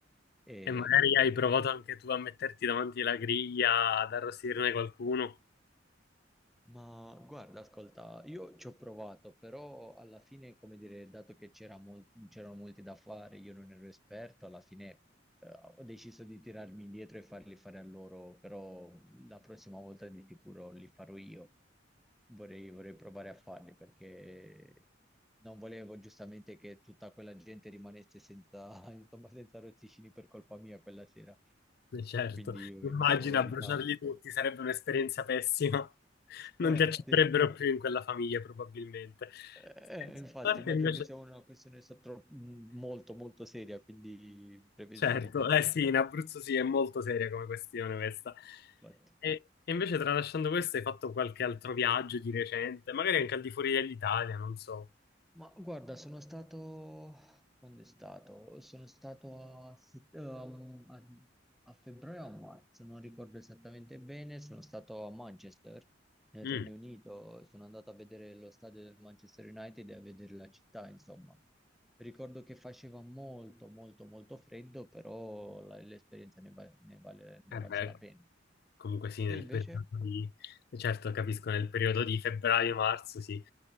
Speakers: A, in the centre; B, on the left (about 55°).
A: Ehm,
B: E magari hai provato anche tu a metterti davanti la griglia, ad arrostirne qualcuno.
A: Ma guarda, ascolta, io ci ho provato, però alla fine, come dire, dato che c'era mol- c'erano molti da fare, io non ero esperto, alla fine eh, ho deciso di tirarmi indietro e farli fare a loro, però la prossima volta di sicuro li farò io. Vorrei, vorrei provare a farli perché non volevo giustamente che tutta quella gente rimanesse senza, <laughs> insomma, senza rossicini per colpa mia quella sera,
B: Eh, Certo,
A: quindi ho
B: immagina
A: evit- ho evitato.
B: bruciarli tutti, sarebbe un'esperienza pessima. Non
A: Eh,
B: ti accetterebbero
A: sì.
B: più in quella famiglia, probabilmente.
A: Eh,
B: Scherzi
A: eh, infatti,
B: a parte
A: immagino
B: invece,
A: che sia una questione so- tro- molto, molto seria, quindi preferisco
B: certo,
A: evitare.
B: eh sì, in Abruzzo sì, è molto seria come questione questa.
A: Infatti.
B: E, e invece, tralasciando questo, hai fatto qualche altro viaggio di recente, magari anche al di fuori dell'Italia, non so.
A: Ma guarda, sono stato... Quando è stato? Sono stato a, set- um, a- a febbraio o a marzo, non ricordo esattamente bene, sono stato a Manchester, nel
B: Mm.
A: Regno Unito, sono andato a vedere lo stadio del Manchester United e a vedere la città, insomma. Ricordo che faceva molto, molto, molto freddo, però la- l'esperienza ne, va- ne vale, ne
B: Eh
A: valsa
B: beh,
A: la pena.
B: comunque sì, nel
A: Tu invece?
B: periodo di... Certo, capisco, nel periodo di febbraio-marzo, sì.